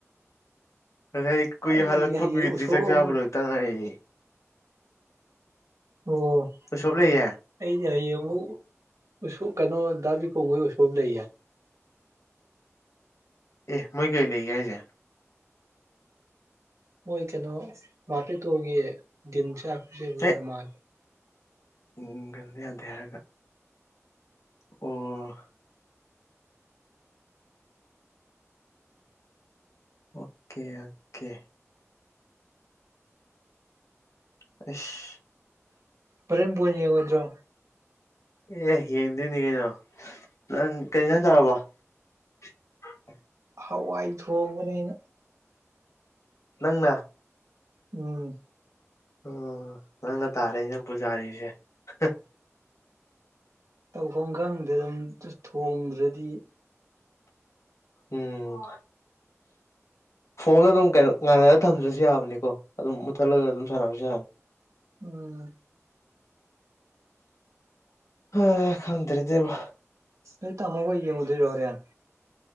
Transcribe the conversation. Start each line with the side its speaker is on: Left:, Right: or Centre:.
Left: ꯉꯁꯥꯏ ꯀꯨꯏ
Right: ꯑꯩ
Left: ꯍꯜꯂꯛꯄ
Right: ꯍꯌꯦꯡ
Left: ꯀꯨꯏꯗ꯭ꯔꯤ
Right: ꯎꯁꯣꯞ
Left: ꯆꯥꯛ ꯆꯥꯕ
Right: ꯑꯃꯨꯛ
Left: ꯂꯣꯏꯕꯇ ꯉꯥꯏꯔꯤ꯫
Right: ꯑꯣ꯫
Left: ꯎꯁꯣꯞ ꯂꯩꯌꯦ꯫
Right: ꯑꯩꯗꯤ ꯍꯌꯦꯡ ꯑꯃꯨꯛ ꯎꯁꯣ ꯀꯩꯅꯣ ꯗꯥ ꯕꯤꯀꯝ ꯍꯣꯏ ꯎꯁꯣꯞ ꯂꯩꯌꯦ꯫
Left: ꯑꯦ ꯃꯣꯏ ꯀꯩ ꯂꯩꯒꯦ ꯍꯥꯏꯁꯦ?
Right: ꯃꯣꯏ ꯀꯩꯅꯣ ꯃꯥꯄꯦꯠꯇꯣꯒꯤ ꯗꯤꯟ ꯆꯥꯛ ꯄꯤꯖꯕ ꯑꯣꯏꯔ
Left: ꯑꯦ
Right: ꯃꯥꯜꯂꯦ꯫
Left: <unintelligible> ꯌꯥꯗꯦ ꯍꯥꯏꯔꯒ ꯑꯣ ꯑꯣꯀꯦ ꯑꯣꯀꯦ ꯑꯩꯁ
Right: ꯍꯣꯔꯦꯟ ꯕꯣꯟ ꯌꯦꯡꯉꯣꯏꯗ꯭ꯔꯣ?
Left: ꯑꯦ ꯌꯦꯡꯗꯣꯏꯅꯤ ꯀꯩꯅꯣ ꯅꯪ ꯀꯩꯖꯥꯡ ꯆꯥꯔꯕꯥ? <inaudible>
Right: ꯍꯋꯥꯏ ꯊꯣꯡꯕꯅꯦ ꯑꯩꯅ
Left: ꯅꯪꯅ?
Right: ꯎꯝ꯫
Left: ꯑꯣ ꯅꯪꯅ ꯇꯥꯔꯦꯅꯦ ꯄꯨꯖꯥꯔꯤꯁꯦ ꯍ
Right: ꯇꯧꯐꯝ ꯈꯪꯗꯦ ꯑꯗꯨꯝ ꯊꯣꯡꯗ꯭ꯔꯗꯤ
Left: ꯎꯝ꯫ ꯐꯣꯟꯗꯣ ꯑꯗꯨꯝ ꯀꯩꯅꯣ ꯉꯥꯜꯍꯥꯟꯂꯒ ꯊꯥꯝꯗ꯭ꯔꯁꯨ ꯌꯥꯕꯅꯤꯀꯣ ꯑꯗꯨꯝ ꯃꯨꯊꯥꯠꯂꯒ ꯑꯗꯨꯝ ꯁꯥꯟꯅꯕꯁꯨ ꯌꯥꯕꯅꯤ꯫
Right: ꯑꯝ
Left: ꯍꯥ ꯈꯪꯗ꯭ꯔꯦꯗ ꯏꯕꯣ
Right: ꯅꯣꯏ ꯇꯃꯣꯍꯣꯏ ꯌꯦꯡꯉꯨꯗꯣꯏꯔꯣ ꯍꯣꯔꯦꯟ?